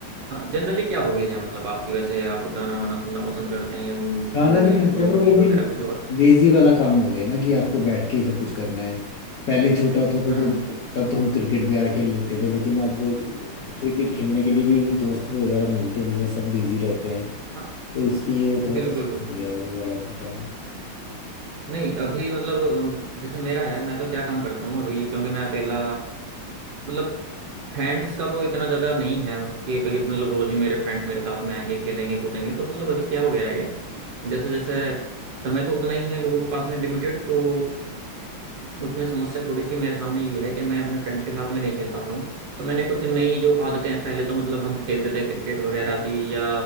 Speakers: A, on the right; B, on the left.
A: जनरली क्या हॉबीज है मतलब आपकी वैसे आप गाना वाना सुनना पसंद करते हैं या म्यू,
B: खाना
A: म्यूजिक
B: भी खाते
A: मूवी
B: हैं पर वो भी
A: वगैरह कुछ और
B: लेजी वाला काम हो गया ना कि आपको बैठ के ही सब कुछ करना है पहले छोटा होता था
A: हम्म
B: तो तब तो हम क्रिकेट वगैरह खेल लेते थे लेकिन अब क्रिकेट खेलने के लिए भी दोस्त वगैरह मिलते नहीं है सब बिजी रहते हैं
A: हाँ
B: तो इसलिए थोड़ा
A: बिल्कुल
B: सा हो गया है वो वाला भी काम
A: नहीं अभी मतलब अम, जैसे मेरा है मैं तो क्या काम करता हूँ अभी क्योंकि मैं अकेला मतलब फ्रेंड्स का तो इतना ज़्यादा नहीं है कि भाई मतलब रोज ही मेरे फ्रेंड्स मेरे साथ में आएंगे खेलेंगे कूदेंगे तो मतलब अभी क्या हो गया है कि जैसे जैसे समय तो उतना ही है लोगों के पास में लिमिटेड तो उसमें समस्या थोड़ी सी मेरे सामने ये है कि मैं अपने फ्रेंड्स के साथ में नहीं खेल पाता हूँ तो मैंने कुछ नई जो आदतें हैं पहले तो मतलब हम खेलते थे क्रिकेट वगैरह थी या